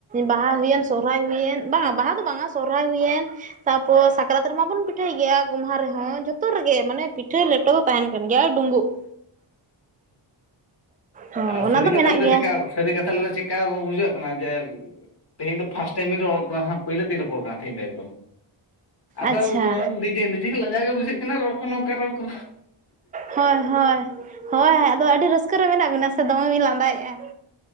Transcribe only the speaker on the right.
ᱵᱟᱦᱟ ᱦᱩᱭᱮᱱ ᱥᱚᱨᱦᱟᱭ ᱦᱩᱭᱮᱱ ᱵᱟᱝᱟ ᱵᱟᱦᱟ ᱫᱚ ᱵᱟᱝᱟ ᱥᱚᱨᱦᱟᱭ ᱦᱩᱭᱮᱱ ᱛᱟᱯᱚᱨ ᱥᱟᱠᱨᱟᱛ ᱨᱮ ᱢᱟᱵᱚᱱ ᱯᱤᱴᱷᱟᱹᱭ ᱜᱮᱭᱟ ᱾ ᱜᱚᱢᱦᱟ ᱨᱮᱦᱚᱸ ᱡᱚᱛᱚ ᱨᱮᱜᱮ ᱢᱟᱱᱮ ᱯᱤᱴᱷᱟᱹ ᱞᱮᱴᱚ ᱫᱚ ᱛᱟᱦᱮᱱ ᱠᱟᱱ ᱜᱮᱭᱟ ᱰᱩᱸᱵᱩᱜ ᱾ ᱦᱳᱭ
ᱚᱱᱟ
ᱫᱚ
ᱢᱮᱱᱟᱜ
ᱜᱮᱭᱟ
ᱟᱪᱪᱷᱟ
ᱦᱳᱭ ᱦᱳᱭ ᱦᱳᱭ ᱟᱫᱚ ᱟᱹᱰᱤ ᱨᱟᱹᱥᱠᱟᱹ ᱨᱮ ᱢᱮᱱᱟᱜ ᱵᱤᱱᱟ ᱥᱮ ᱫᱚᱢᱮᱵᱤᱱ ᱞᱟᱸᱫᱟᱭᱮᱼᱟ ᱾